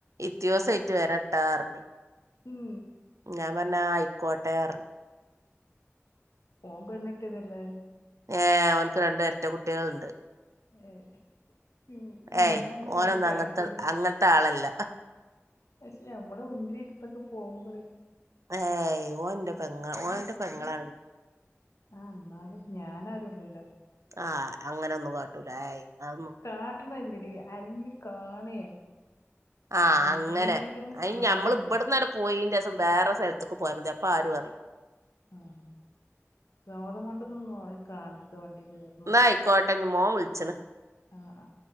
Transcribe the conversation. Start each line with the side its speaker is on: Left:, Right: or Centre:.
Right: ഇത്യോസായിട്ട് വരട്ടാർഞ്ഞ്.
Left: ഉം
Right: ഞാൻ പറഞ്ഞ് ആഹ് ആയിക്കോട്ടെർഞ്ഞ്.
Left: ഓൻ പെണ്ണെട്ടിയതല്ലേ?
Right: ഏഹ് ഓൻക്ക് രണ്ടെരട്ട കുട്ടികള്ണ്ട്.
Left: ഏഹ്. ഉം ഇന്നെന്നും
Right: ഏയ് ഓനൊന്നും
Left: കണ്ട് ചടക്കൂല
Right: അങ്ങൻത്തെ അങ്ങൻത്തെ ആളല്ല.
Left: പക്ഷെ നമ്മളെ മുന്നിലിര്ത്യോക്കെ പോകുമ്പോളേ.
Right: ഏയ് ഓൻന്റെ പെങ്ങ ഓന്റെ പെങ്ങളാണ് ഞാൻ.
Left: ആഹ് എന്നാലും ഞാൻ ആരുവല്ലല്ലോ.
Right: ആഹ് അങ്ങനെ ഒന്നും കാട്ടൂല ഏയ്‌ അതൊന്നു
Left: കാട്ടണല്ലടി ആരെങ്കിലും കാണേ.
Right: ആഹ്
Left: എന്തെങ്കിലും
Right: അങ്ങനെ അയ്ന്
Left: ആവേ
Right: ഞമ്മൾ ബ്ട്ന്നാട്ട് പോയിന്റെസം വേറെ സ്ഥലത്തക്ക് പോയാ മതി അപ്പ ആരും അറിയ്
Left: ആഹ് സോറമാട്ട്ന്നൊന്നും ആരും കാണര്ത് വണ്ടി കേർ
Right: ന്നായികോട്ടഞ്ഞ മോൻ വിളിച്ചണ്.
Left: ആഹ് ആഹ്.